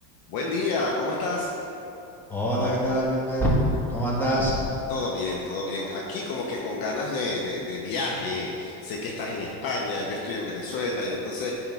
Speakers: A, on the left; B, in the centre.
A: Buen día, ¿cómo estás?
B: Hola, ¿qué tal, Belmer? ¿Cómo andas?
A: Todo bien, todo bien. Aquí como que con ganas de, de- de viaje. Sé que estás en España, yo estoy en Venezuela y entonces,